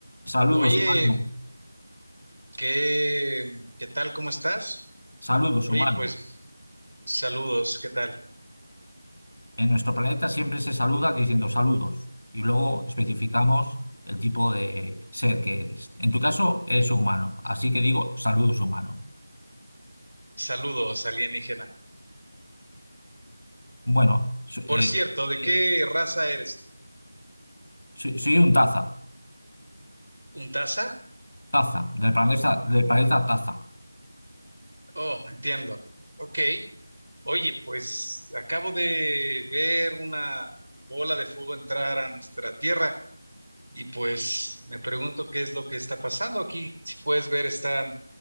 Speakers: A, on the left; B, on the right.
A: Saludos,
B: Oye,
A: humano.
B: ¿qué, qué tal? ¿Cómo estás?
A: Saludos,
B: Oye,
A: humano.
B: pues saludos, ¿qué tal?
A: En nuestro planeta siempre se saluda diciendo saludos y luego especificamos el tipo de ser que eres. En tu caso, eres humano, así que digo saludos, humano.
B: Saludos, alienígena.
A: Bueno, so- eh,
B: Por cierto, ¿de qué
A: eh,
B: raza eres tú?
A: soy, soy un taza,
B: ¿Un taza?
A: taza, del planeta, del planeta taza.
B: Oh, entiendo. Ok. Oye, pues acabo de ver una bola de fuego entrar a nuestra tierra y pues me pregunto qué es lo que está pasando aquí. Si puedes ver, están